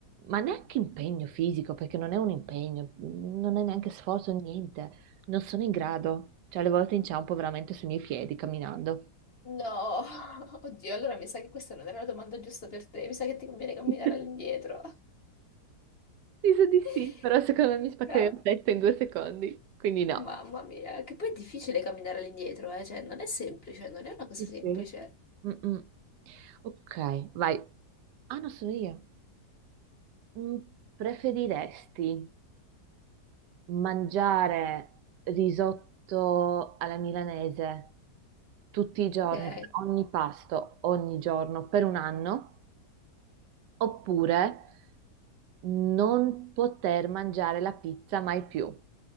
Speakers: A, on the right; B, on the left.
A: ma neanche impegno fisico, perché non è un impegno, non è neanche sforzo, niente, non sono in grado. Cioè, alle volte inciampo veramente sui miei piedi camminando.
B: No, <laughs> oddio, allora mi sa che questa non era la domanda giusta per te, mi sa che ti conviene camminare
A: <laughs>
B: all'indietro.
A: Mi sa di sì,
B: <laughs>
A: però secondo me mi spaccherei
B: Ca-
A: la testa in due secondi, quindi no.
B: Mamma mia, che poi è difficile camminare all'indietro, eh? Cioè non è semplice, non è una cosa
A: Sì,
B: semplice.
A: sì. Mm-mm. Ok, vai. Ah, no, sono io. Mm, Preferiresti mangiare risotto alla milanese tutti i giorni,
B: Ok.
A: per ogni pasto, ogni giorno, per un anno, oppure non poter mangiare la pizza mai più.